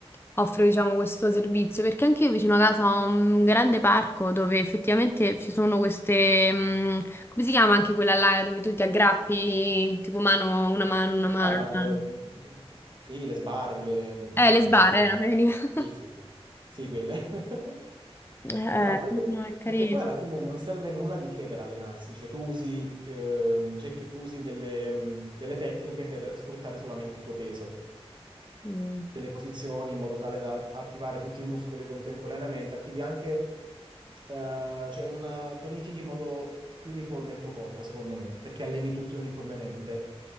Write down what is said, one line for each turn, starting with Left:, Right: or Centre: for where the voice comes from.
Left: offre, diciamo, questo servizio, perché anche io vicino a casa ho un grande parco dove effettivamente ci sono queste, mm, come si chiama anche quella là dove tu ti aggrappi, tipo mano, una mano,
Right: Le
Left: una mano,
Right: sbarre,
Left: una mano.
Right: sì, le sbarre, le...
Left: Eh, le
Right: oddio,
Left: sbarre,
Right: non so come...
Left: eh, non mi veniva. <laughs>
Right: Sì, sì, sì. Sì, quelle. <laughs>
Left: Eh,
Right: No, quelle-
Left: no, no, è carino.
Right: ma che poi alla fine non serve nulla di che per allenarsi, cioè tu usi, ehm, cerchi- usi delle, mh, delle tecniche per sfruttare solamente il tuo peso
Left: Mm.
Right: delle posizioni in modo tale da attivare tutti i muscoli contemporaneamente, attivi anche, eh, cioè una, tonifichi in modo più uniforme il tuo corpo, secondo me, perché alleni tutto uniformemente.